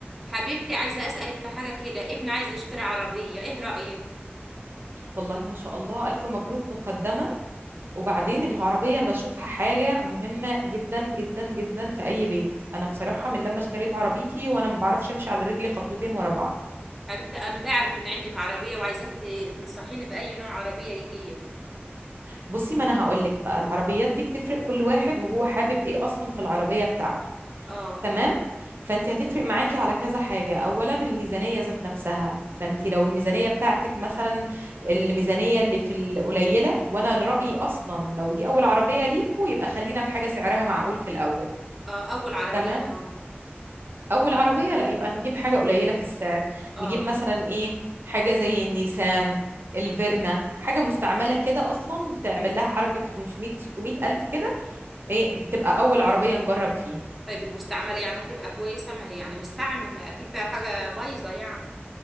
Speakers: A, in the centre; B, on the right.
A: حبيبتي عايزة أسألك في حاجة كده ابن عايز يشتري عربية ايه رأيك
B: والله ما شاء الله ألف مبروك مقدما وبعدين العربية أنا بشوفها حاجة مهمة جدا جدا جدا في أي بيت أنا بصراحة من لما اشتريت عربيتي وأنا ما بعرفش أمشي على رجلي خطوتين ورا بعض
A: حبيبتي أنا بعرف إن عندك عربية وعايزاك ت- تنصحيني بأي نوع عربية يجيب
B: بصي ما أنا هقولك بقى العربيات دي بتفرق كل واحد وهو حابب إيه أصلا في العربية بتاعته
A: اه
B: تمام فأنت هتفرق معاكي على كذا حاجة أولا الميزانية ذات نفسها فأنت لو الميزانية بتاعتك مثلا الميزانية اللي في القليلة وأنا رأيي أصلا لو دي أول عربية ليكوا يبقى خلينا في حاجة سعرها معقول في الأول
A: اه أول عربية
B: تمام
A: اه
B: اول عربيه لا يبقى نجيب حاجه قليله في السعر
A: اه
B: نجيب مثلا ايه حاجه زي النيسان الفيرنا حاجه مستعمله كده اصلا تعمل لها حركه 500 600 الف كده ايه تبقى اول عربيه نجرب فيها
A: طيب المستعملة يعني هتبقى كويسة ما هي يعني مستعملة أكيد فيها حاجة بايظة يعني